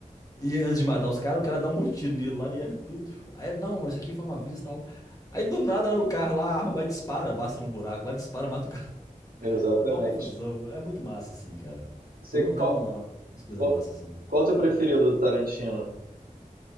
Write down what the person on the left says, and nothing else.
E antes de matar os caras, o cara dá um monte de tiro nele lá e erra tudo. Aí ele, não, isso aqui foi uma aviso e tal. Aí do nada no carro lá, a arma vai e dispara, basta no buraco, lá dispara, mata o cara. <laughs>
Mó confusão. É muito massa, assim, cara.
Tem, uma,
tem uma, umas coisas
massas, assim.